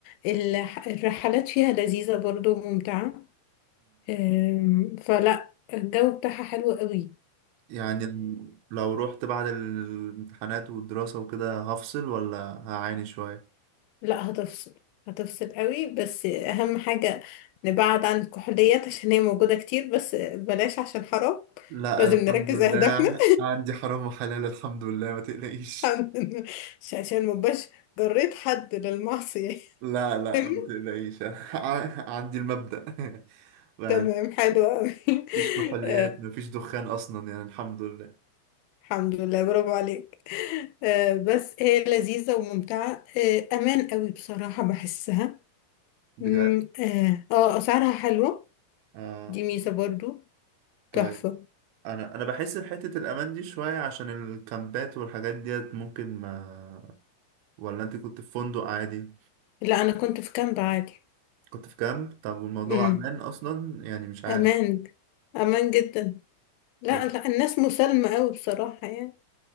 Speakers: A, on the left; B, on the right.
A: الح- الرحلات فيها لذيذة برضو ممتعة أم، فلا الجو بتاعها حلو قوي
B: يعني لو رحت بعد الامتحانات والدراسة وكده هفصل ولا هعاني شوية
A: لا هتفصل هتفصل قوي بس اهم حاجة نبعد عن الكحوليات عشان هي موجودة كتير بس بلاش عشان حرام
B: لا
A: لازم
B: الحمد
A: نركز
B: لله
A: اهدافنا
B: عندي حرام وحلال الحمد لله ما تقلقيش
A: <laughs> عن- عشان مبقاش جريت حد للمعصية
B: لا لا
A: <laughs>
B: ما تقلقيش <laughs> ع- عندي المبدأ <laughs> يعني
A: تمام حلو قوي <laughs>
B: مفيش كحوليات
A: آه،
B: مفيش دخان أصلا يعني الحمد لله
A: الحمد لله برافو عليك آه، بس هي لذيذة وممتعة آه، امان قوي بصراحة بحسها
B: بجد
A: مم، اه آه، اسعارها حلوة
B: آه
A: دي ميزة برضو
B: طيب
A: تحفة
B: أنا أنا بحس بحتة الأمان دي شوية عشان الكامبات والحاجات ديت ممكن ما ولا أنت كنت في فندق عادي
A: لا انا كنت في كامب عادي
B: كنت في كامب طب والموضوع
A: مم.
B: أمان أصلا يعني مش عارف
A: أمان أمان جدا لا
B: أو-
A: لا الناس مسالمة أوي بصراحة يعني